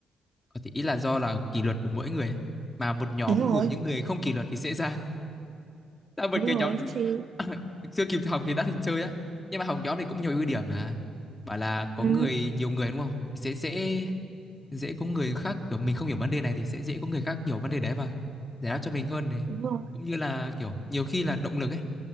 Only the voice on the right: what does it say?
Đúng rồi,
đúng
rồi
thì
ừ,
đúng rồi,